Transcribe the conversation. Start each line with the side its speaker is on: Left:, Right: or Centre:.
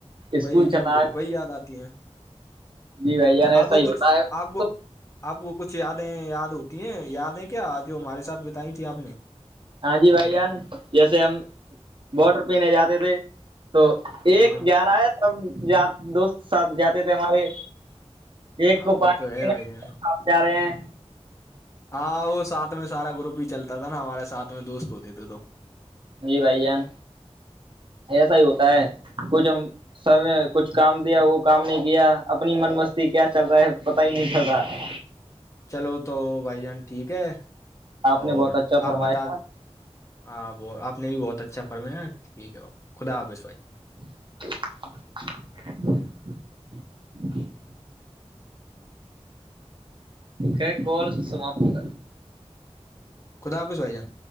Right: اسکول
Left: وہی
Right: چلا
Left: جو وہی یاد آتی ہیں
Right: جی بھائی جان ایسا
Left: آپ کو
Right: ہی
Left: کچھ
Right: ہوتا ہے
Left: آپ کو
Right: تو
Left: آپ کو کچھ یادیں یاد ہوتی ہیں یادیں کیا جو ہمارے ساتھ بتائی تھی آپ نے
Right: ہاں جی بھائی جان جیسے ہم بوٹر پینے جاتے تھے تو ایک
Left: ہاں
Right: جا رہا ہے سب دوست ساتھ جاتے تھے ہمارے ایک
Left: ہاں،
Right: کو
Left: وہ
Right: پانی
Left: تو ہے بھائی جان،
Right: آپ جا رہے ہیں
Left: ہاں وہ ساتھ میں سارا گروپ ہی چلتا تھا نا ہمارے ساتھ میں دوست ہوتے تھے تو
Right: جی بھائی جان ایسا ہی ہوتا ہے کچھ ہم سر نے کچھ کام دیا وہ کام نہیں کیا اپنی من مستی کیا چل رہا ہے پتا ہی نہیں چل رہا ہے
Left: چلو تو بھائی جان ٹھیک ہے
Right: آپ
Left: اور
Right: نے بہت اچھا فرمایا
Left: آپ بتا ہاں ب آپ نے بھی بہت اچھا فرھمیا ٹھیک ہے خدا حافظ بھائی
Right: <inaudible> کیا کال سماپت کر
Left: خدا حافظ بھائی جان